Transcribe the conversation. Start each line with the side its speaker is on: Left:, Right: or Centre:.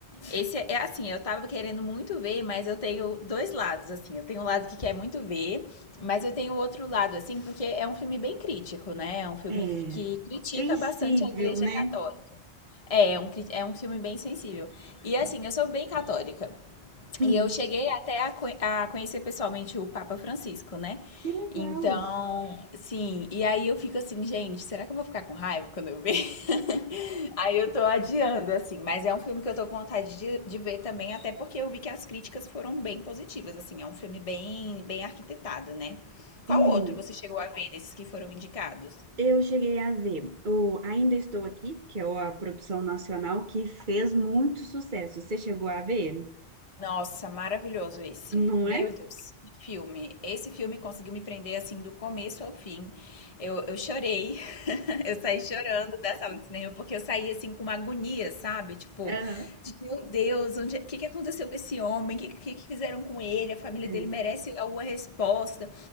Left: Esse é é assim, eu tava querendo muito ver, mas eu tenho dois lados, assim. Eu tenho um lado que quer muito ver, mas eu tenho outro lado, assim, porque é um filme bem crítico, né? É um filme
Right: É,
Left: que critica
Right: sensível,
Left: bastante a Igreja
Right: né?
Left: Católica. É, é um, cri- é um filme bem sensível. E assim, eu sou bem católica.
Right: Hum,
Left: E eu cheguei até a, co- a conhecer pessoalmente o Papa Francisco, né?
Right: que legal.
Left: Então, sim. E aí eu fico assim, gente, será que eu vou ficar com raiva quando eu ver? <laughs> Aí eu tô adiando, assim. Mas é um filme que eu tô com vontade de, de ver também, até porque eu vi que as críticas foram bem positivas, assim. É um filme bem, bem arquitetado, né? Qual
Right: Sim,
Left: outro você chegou a ver desses que foram indicados?
Right: eu cheguei a ver o Ainda Estou Aqui, que é a produção nacional que fez muito sucesso. Você chegou a ver?
Left: Nossa, maravilhoso esse.
Right: Não
Left: Meu
Right: é?
Left: Deus, que filme. Esse filme conseguiu me prender assim do começo ao fim. Eu, eu chorei <laughs> Eu saí chorando da sala de cinema, porque eu saí assim com uma agonia, sabe? Tipo,
Right: Aham.
Left: de, meu Deus, onde, o que, que aconteceu com esse homem? O que, que, que fizeram com ele? A família
Right: É,
Left: dele merece alguma resposta